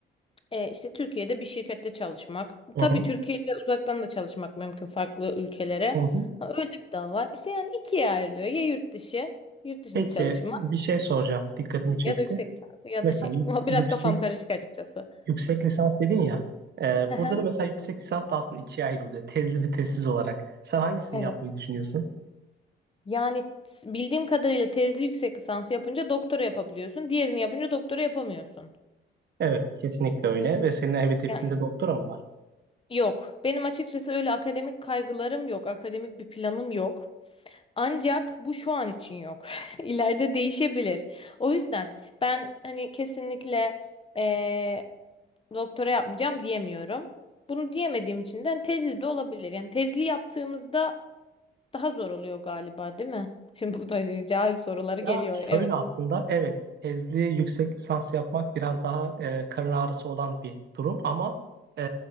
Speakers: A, on the left; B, on the right.
A: e, işte Türkiye'de bir şirkette çalışmak.
B: aha,
A: Tabii Türkiye'de uzaktan da çalışmak mümkün farklı ülkelere.
B: aha.
A: Ha, öyle bir dal var. İşte yani ikiye ayrılıyor. Ya yurt dışı, yurt dışında
B: Peki
A: çalışmak
B: bir şey soracağım. Dikkatimi çekti.
A: ya da yüksek lisans ya
B: Mesela
A: da şey.
B: yük-
A: <laughs>
B: yüksek
A: Biraz kafam karışık açıkçası.
B: Yüksek lisans dedin ya. e,
A: Aha,
B: burada da mesela yüksek lisans da aslında ikiye ayrılıyor. Tezli ve tezsiz olarak. Sen hangisini
A: Evet.
B: yapmayı düşünüyorsun?
A: Yani t- bildiğim kadarıyla tezli yüksek lisansı yapınca doktora yapabiliyorsun. Diğerini yapınca doktora yapamıyorsun.
B: Evet, kesinlikle öyle. Ve senin hedefinde
A: Yani
B: doktora mı var?
A: Yok. Benim açıkçası öyle akademik kaygılarım yok. Akademik bir planım yok. Ancak bu şu an için yok. <laughs> İleride değişebilir. O yüzden ben hani kesinlikle eee, doktora yapmayacağım diyemiyorum. Bunu diyemediğim için de hani, tezli de olabilir. Yani tezli yaptığımızda daha zor oluyor galiba, değil mi? <laughs> Şimdi bu da şey, cahil soruları
B: Ya
A: geliyor.
B: şöyle
A: Evet.
B: aslında evet tezli yüksek lisans yapmak biraz daha e, karın ağrısı olan bir durum ama e,